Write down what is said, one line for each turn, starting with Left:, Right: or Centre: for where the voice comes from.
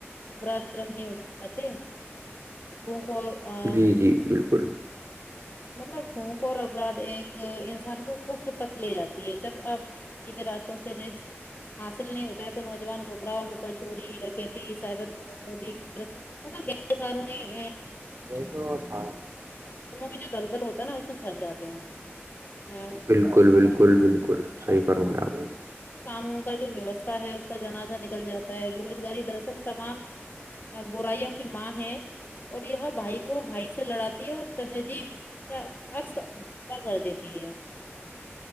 Left: اراد کی رفت نہیں اٹھ جاتے بھوک اور آ،
Right: جی جی بالکل
Left: مطلب پھونک اور اپرادھ ایک انسان کو کفر تک لے جاتا یہ سب آپ سیدھے راستوں سے حاصل نہیں ہوتا ہوتا ہے تو نوجوان گھبرا ہوک چوری ڈکیتی سائبر <unintelligible> غیر قانونی
Right: <unintelligible>
Left: ت کی جو دلدل ہوتا ہے نا اس میں پھنس جاتے ہیں آ،
Right: بالکل بالکل بالکل صحیح فرمایا آپ نے
Left: کاموں کا جو ویوستھا ہے اس کا جنازہ نکل جاتا ہے بے روزگاری دراصل تمام برائیوں کی ماں ہے اور یہ بھائی کو بھائی سے لڑاتی ہے اور تہذیب کا عکس اغا دیتی ہے